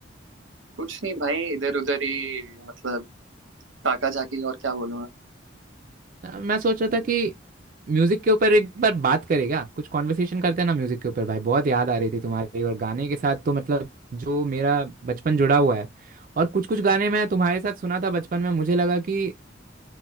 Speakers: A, on the right; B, on the right.
A: कुछ नहीं भाई इधर उधर ही मतलब ताका झाकी और क्या बोलूं मैं
B: अ, मैं सोच
A: हम्म
B: रहा था कि म्यूजिक के ऊपर एक बार बात करें क्या कुछ कॉन्वर्सेशन करते हैं ना म्यूजिक के ऊपर भाई बहुत याद आ रही थी तुम्हारी और गाने के साथ तो मतलब जो मेरा बचपन जुड़ा हुआ है और कुछ कुछ गाने मैं तुम्हारे साथ सुना था बचपन में मुझे लगा कि